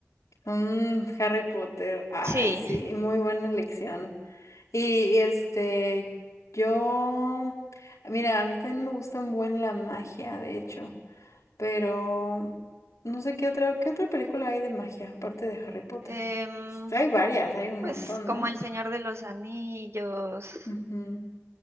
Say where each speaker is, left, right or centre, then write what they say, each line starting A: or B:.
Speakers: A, on the left; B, on the right.
A: mm, Harry Potter, ay,
B: Sí,
A: sí, muy buena elección. Y, y, este, yo, mira, a mí también me gusta un buen la magia, de hecho, pero no sé qué otra, qué otra película hay de magia aparte de Harry Potter.
B: Em,
A: Hay varias, hay un
B: pues
A: montón,
B: como
A: ¿no?
B: El Señor de los Anillos,
A: Ujú.